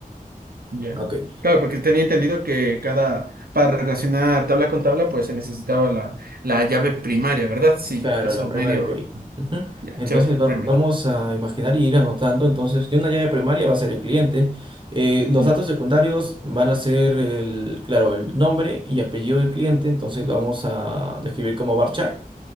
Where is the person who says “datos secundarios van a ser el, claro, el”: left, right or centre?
Right